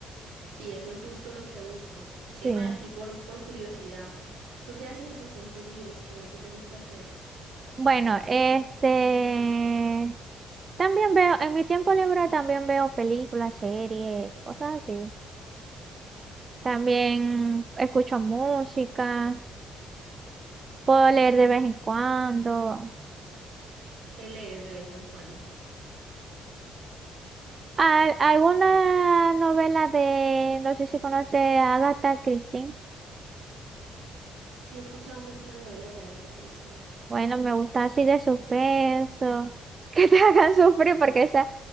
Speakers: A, on the right; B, on the right.
A: Sí, eso es justo lo que busco.
B: Sí.
A: Emma, aquí por, por curiosidad, ¿tú qué haces en tus tiempos libres? ¿Qué, qué te gusta hacer?
B: Bueno, este. También veo, en mi tiempo libre también veo películas, series, cosas así. También escucho música, puedo leer de vez en cuando.
A: ¿Qué lees de vez en cuando?
B: Al- alguna novela de, no sé si conoce a Agatha Christie.
A: Sí, he escuchado mucho las novelas de Agatha Christie.
B: Bueno, me gusta así de suspenso, que te <laughs> hagan sufrir porque esa,